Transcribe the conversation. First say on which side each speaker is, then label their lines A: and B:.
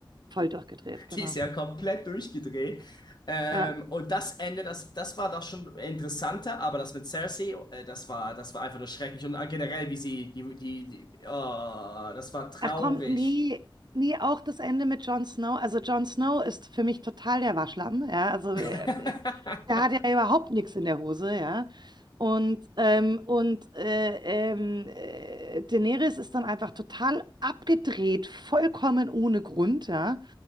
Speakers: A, on the right (about 55°); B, on the left (about 55°).
A: voll durchgedreht, genau.
B: die ist ja komplett durchgedreht. Ähm,
A: Ja.
B: und das Ende, das, das war das schon interessanter, aber das mit Cersei, äh, das war, das war einfach nur schrecklich. Und äh, generell, wie sie, die, die, die, oh, das war traurig.
A: Ach komm, nee, nee, auch das Ende mit Jon Snow. Also Jon Snow ist für mich total der Waschlappen, ja. Also
B: <laughs>
A: äh, der hat ja überhaupt nichts in der Hose, ja. Und, ähm, und äh, ähm, äh, Daenerys ist dann einfach total abgedreht, vollkommen ohne Grund, ja.